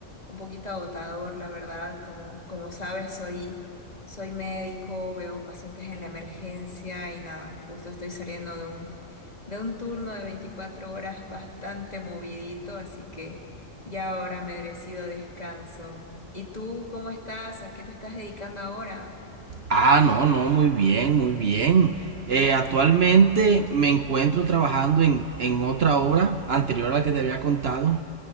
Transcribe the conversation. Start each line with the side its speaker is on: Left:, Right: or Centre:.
Left: un poquito agotador, la verdad. Como, como sabes, soy, soy médico, veo pacientes en la emergencia y nada, justo estoy saliendo de un, de un turno de 24 horas bastante movidito, así que ya ahora merecido descanso. ¿Y tú cómo estás? ¿A qué te estás dedicando ahora?
Right: Ah, no, no, muy bien, muy bien. Eh, actualmente me encuentro trabajando en, en otra obra anterior a la que te había contado,